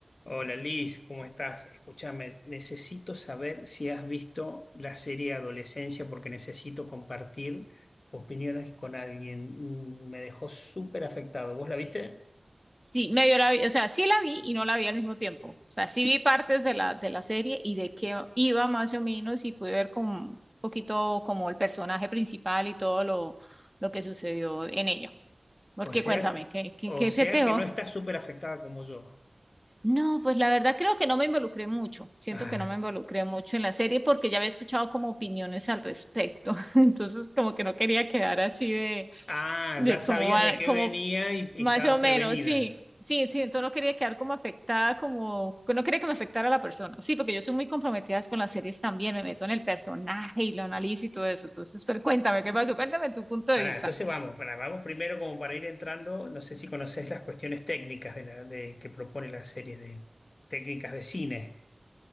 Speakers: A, on the left; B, in the centre.
A: Hola Liz, ¿cómo estás? Escúchame, necesito saber si has visto la serie Adolescencia porque necesito compartir opiniones con alguien. Mm, Me dejó súper afectado. ¿Vos la viste?
B: Sí, medio la vi, o sea, sí la vi y no la vi al mismo tiempo. O sea, sí vi partes de la, de la serie y de qué iba más o menos y pude ver como un poquito como el personaje principal y todo lo, lo que sucedió en ella. Porque
A: O sea,
B: cuéntame, ¿qué, qué,
A: o
B: qué
A: sea
B: se te dejó?
A: que no estás súper afectada como yo.
B: No, pues la verdad creo que no me involucré mucho. Siento
A: Ay.
B: que no me involucré mucho en la serie porque ya había escuchado como opiniones al respecto. <laughs> Entonces, como que no quería quedar así de,
A: Ah,
B: de
A: ya sabías
B: cómo, va-
A: de qué
B: cómo
A: venía y, y
B: más
A: estabas
B: o menos,
A: prevenida.
B: sí. Sí, sí, entonces no quería quedar como afectada, como no quería que me afectara la persona. Sí, porque yo soy muy comprometida con las series también, me meto en el personaje y lo analizo y todo eso. Entonces, pero cuéntame, ¿qué pasó? Cuéntame tu punto de
A: Pará,
B: vista.
A: entonces vamos, pará, vamos primero como para ir entrando, no sé si conoces las cuestiones técnicas de la, de, que propone la serie de técnicas de cine.